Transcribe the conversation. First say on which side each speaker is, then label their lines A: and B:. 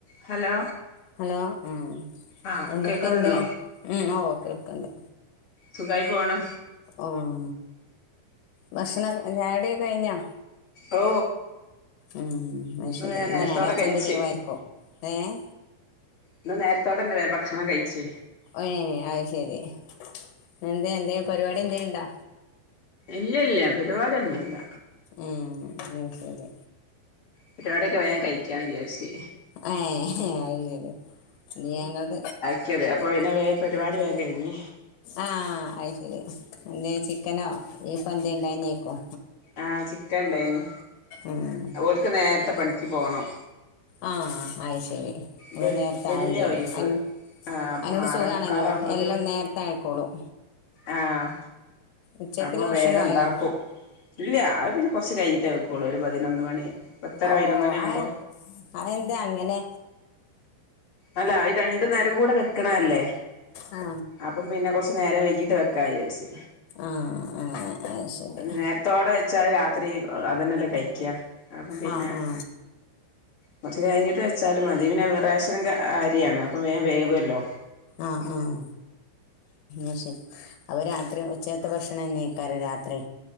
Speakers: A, on the left (about 30°); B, on the left (about 75°).
A: ഹലോ
B: ഹലോ ഉം
A: ആഹ്
B: എന്തക്കെണ്ട്
A: കേക്കുന്നുണ്ടോ
B: ഉം ഓ കേൾക്കണ്ട്
A: സുഖായി പോണ്
B: ഓം.. ഭക്ഷണ ചായുടിക്കെ കയിഞ്ഞോ
A: ഓ
B: ഉം.. അഹ് ശരി
A: വേ നേരത്തോടെ
B: ഇന്ന് ഞാറായച്ചായൊണ്ട്
A: കഴിച്ച്
B: ലീവായിരിക്കും ഏഹ്
A: ഇന്ന് നേരത്തോടെന്നെ വേം ഭക്ഷണം കഴിച്ച്
B: ഏ അയ്ശരി ന്നെന്തേ എന്തേ പരിവാടി എന്തേലുണ്ടാ
A: ഇല്ല്യല്ല പരിപാടിയൊന്നുല്ല
B: ഉം അയ് ശരി
A: പരിവാടിയൊക്കെ വേം കയിക്കാന്ന് വിചാരിച്ച്
B: ഏഹ് അയ് ശരി ഇന്ന് ഞങ്ങള
A: ക്യത് അപ്പോ പിന്നെ വേ പരിവാടി വേം കയിഞ്
B: ആഹ് അയ് ശരി എന്തേ ചിക്കനോ ബീഫ എന്ത ഇണ്ടായിനിക്കും
A: ആ ചിക്കൻ ഇണ്ടായിന്
B: ഉം
A: ഓല്ക്ക് നേരത്തെ പണിക്ക് പോണം
B: ആഹ് ആയ് ശരി അവ
A: വെ
B: നേരത്തെ
A: വെള്ളിയാ
B: ആവണ്ടിയേരും
A: ഒഴിവ്
B: അ
A: ആഹ് അപ്പൊ
B: അയിനോണ്ട്
A: ആറേ
B: സുഖാണല്ലോ
A: മുക്കാലാവുമ്പോത്തിന്
B: എല്ലാം നേരത്തെ ആയിക്കോളും
A: ആഹ്
B: ഉച്ചക്കുള്ള
A: അപ്പൊ
B: ഭക്ഷണമായോ
A: വേഗം ഇണ്ടാക്കും ഇല്ല അത് പിന്നെ കൊറച് കഴിഞ്ഞിട്ടേ വെക്കുള്ളൂ ഒരു പതിനൊന്ന് മണി പത്തര
B: ഓ
A: പതിനൊന്ന് മണി ആകുമ്പോ
B: അയ് അയെന്താ അങ്ങനെ
A: അല്ല അയ് രണ്ടു നേരം കൂടെ വെക്കണയല്ലേ
B: ആ
A: അപ്പം പിന്നെ കുറച്ച് നേരം വൈകീട്ട് വെ ക്ക വിചാരിച്ച്
B: ആ അങ്ങനെ ആ, ശരി
A: നേര ത്തോടെ വെച്ചാ അത് രാത്രി അതന്നെല്ലെ കയിക്ക അപ്പം പിന്നെ
B: ആ ആ
A: കൊറച്ചു കഴിഞ്ഞിട്ട് വെച്ചാലും മതി പിന്നെ റേഷൻ ക അരിയാണ് അപ്പൊ വേഗം വേവുല്ലോ
B: ആഹ് ആഹ് ആ ശരി അവ രാത്രി ഉച്ചയത്തെ ഭക്ഷണന്നേക്കാരം രാത്രി